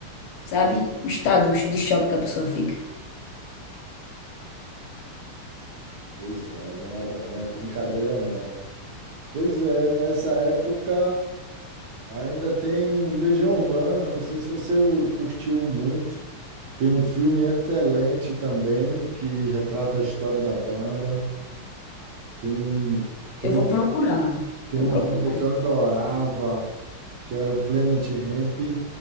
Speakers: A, on the left (about 80°); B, on the right (about 70°).
A: sabe? O estado de choque que a pessoa fica.
B: Pois é, não é, não é brincadeira, não. Pois é, nessa época ainda tem o Legião Urbana, não sei se você curtiu muito. Tem um filme excelente também que retrata a história da banda. Tem, tem
A: Eu
B: uma,
A: vou procurar,
B: tem
A: vou
B: uma
A: procurar.
B: banda que eu adorava, que era o Planet Hemp.